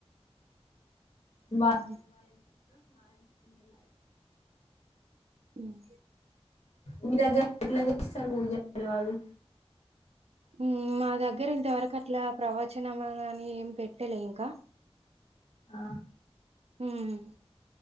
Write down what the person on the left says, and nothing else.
<unintelligible>
మీ దగ్గర ఎట్లా చేస్తారు పూజలు మీ వాళ్ళు
ఆ